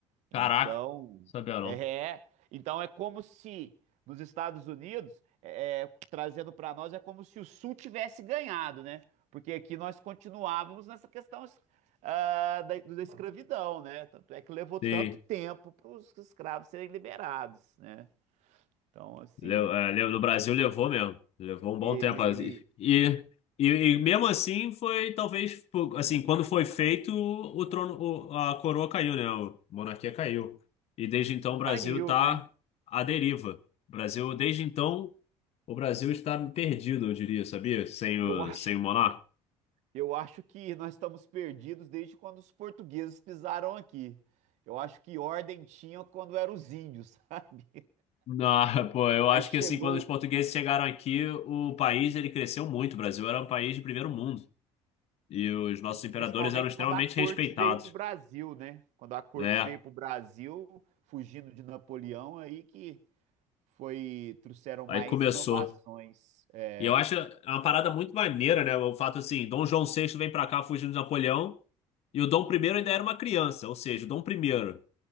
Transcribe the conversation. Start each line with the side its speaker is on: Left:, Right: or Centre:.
Right: Então,
Left: Caraca, sabia não.
Right: é, é, então é como se nos Estados Unidos, é, é, trazendo para nós, é como se o Sul tivesse ganhado, né? Porque aqui nós continuávamos nessa questão, ah, da, da escravidão, né? Tanto é que levou tanto
Left: Sim.
Right: tempo para os escravos serem liberados, né? Então, assim,
Left: Leu- é, le- No Brasil levou mesmo. Levou um bom
Right: ele,
Left: tempo.
Right: ele
Left: E, e, e mesmo assim foi, talvez, pô, assim, quando foi feito, o trono, o- a coroa caiu, né? A monarquia caiu. E desde então o Brasil
Right: caiu,
Left: está
Right: né?
Left: à deriva. O Brasil, desde então, o Brasil está perdido, eu diria, sabia? Sem o,
Right: Eu acho,
Left: sem o monarca.
Right: eu acho que nós estamos perdidos desde quando os portugueses pisaram aqui. Eu acho que ordem tinha quando eram os índios, <laughs> sabe?
Left: Não, <laughs> pô, eu
Right: Aí
Left: acho
Right: chegou,
Left: que assim, quando os portugueses chegaram aqui, o país ele cresceu muito. O Brasil era um país de primeiro mundo. E os nossos imperadores
Right: principalmente
Left: eram extremamente
Right: quando a corte
Left: respeitados.
Right: veio para o Brasil, né? Quando a corte
Left: né?
Right: veio para o Brasil, fugindo de Napoleão, aí que foi trouxeram mais
Left: Aí começou.
Right: inovações. É.
Left: E eu acho uma parada muito maneira, né? O fato assim, Dom João VI vem pra cá fugindo de Napoleão e o Dom I ainda era uma criança, ou seja, o Dom I,